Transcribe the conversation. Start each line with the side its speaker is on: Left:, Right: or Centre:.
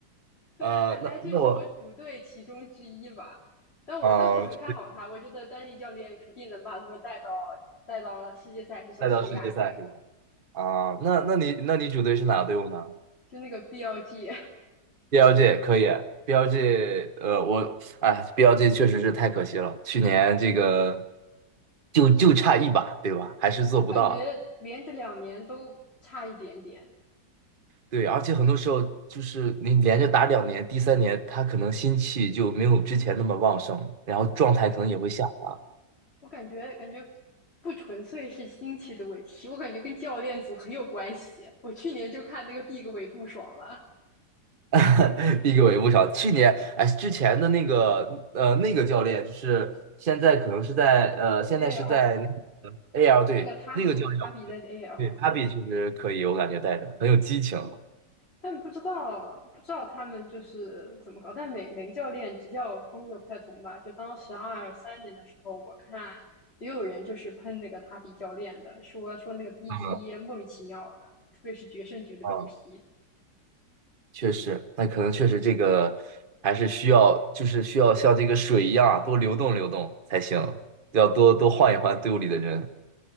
Left: 但
Right: 呃，
Left: I
Right: 那那我
Left: IG 是我主队其中之一吧，但我但我很看好他，
Right: 啊，就
Left: 我觉得丹尼教练肯定能把他们带到带到世界赛至少是个亚军。
Right: 带到世界赛是吧？啊，那那你那你主队是哪个队伍呢
Left: 就那个 BLG，
Right: ？BLG 可以，BLG 呃，我哎，BLG 确实是太可惜了，去年这个就就差一把，对吧？还是做不到啊。
Left: 我 <laughs> 感觉连着两年都差一点点，
Right: 对，而且很多时候就是你连着打两年，第三年他可能心气就没有之前那么旺盛，然后状态可能也会下滑。
Left: 唉，我感觉感觉不纯粹是心气的问题，我感觉跟教练组很有关系。我去年就看那个 Big 尾不爽了
Right: <laughs> 逼我也不少。去年，哎，之前的那个，呃，那个教练，就是现在可能是在，呃，现在是在那
Left: ，AL
Right: AL 队那个教练我觉得，
Left: 就那个塔比塔比在 AL，
Right: 对 p a p i 确实可以，我感觉带着很有激情。
Left: 但不知道不知道他们就是怎么搞，但每每个教练执教风格不太同吧。就当时二三年的时候，我看也有人就是喷那个塔比教练的，说说那个 BP
Right: 嗯
Left: 莫名其妙的，特别是决胜局的
Right: 嗯，
Left: BP，
Right: 确实，那可能确实这个还是需要，就是需要像这个水一样啊多流动流动才行，要多多换一换队伍里的人。